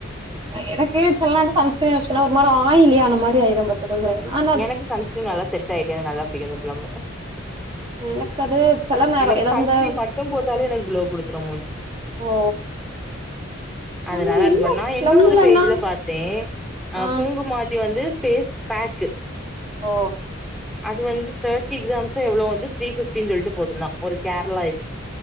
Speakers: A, on the right; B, in the centre.
A: எனக்கு சும்மா அந்த சன்ஸ்கிரீன் யூஸ் பண்ணா ஒரு மாரி ஆயிலி அந்த மாரி ஆயிடு பாத் துக்கோங்க நா
B: எனக்கு சன்ஸ்கிரீன் நல்லா செட் ஆயிட்டு நல்லா பிடிக்கு இந்த பிளம்மு
A: எனக்கு அது சில நேரொ
B: எனக்கு
A: எதா
B: சன்ஸ்கிரீம்
A: வந்து
B: மட்டு போட்டாலே எனக்கு க்ளோ குடுத்துரு
A: ஓ
B: அதுனால
A: நம்ம
B: அது
A: என்ன
B: மன் நா இன்னு
A: பிளம்லனா
B: ஒரு பேஜ்ல பாத்தே அ
A: ஆ
B: குங்கு மாதி வந்து ஃபேஸ் பேக்கு
A: ஓ
B: அது வந்து தேர்டி கிராம்ஸோ எவ்ளோ வந்து த்ரீ ஃபிஃப்டின் சொல்ட்டு போட்ருந்தா ஒரு கேரளா இது